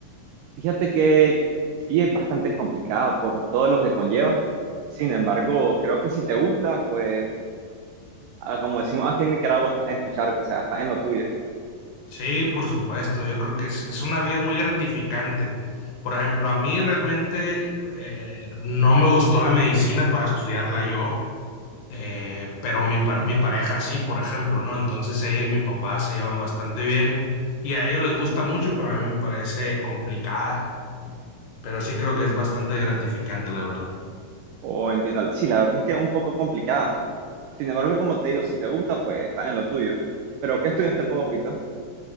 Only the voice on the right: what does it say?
Fíjate que sí es bastante complicada por todo lo que conlleva. Sin embargo, creo que si te gusta, pues ah, como decimos aquí en Nicaragua, está en tu charco, o sea, está en lo tuyo.
O entiendo, sí, la verdad es que es un poco complicada. Sin embargo, como te digo, si te gusta, pues está en lo tuyo. Pero, ¿qué estudiaste vos, Vito?